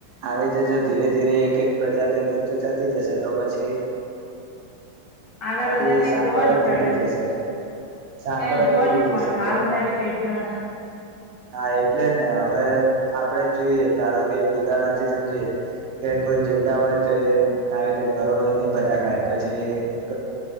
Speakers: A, on the right; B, on the left.
A: આવી રીતે જો ધીરે ધીરે એક એક પ્રજાથી લુપ્ત થતી જશે. તો પછી
B: આગળ
A: આખી
B: જતા ક્યા
A: સાંકળ
B: જોવા નહી
A: જ
B: મળે
A: તૂટી જશે સાંકળ
B: ક્યાંય
A: જ
B: જોવા
A: તૂટી
B: નઈ
A: જશે
B: મળે
A: જેમ
B: આવનારી પેઢીઓને.
A: હા, એટલે જ ને હવે આપડે જોઈએ ધારો એક ઉદાહરણથી સમજીએે કે કોઈ જીવડા હોય, તો એ આવી રીતે ઘરોડી એ બંધા ખાય બછી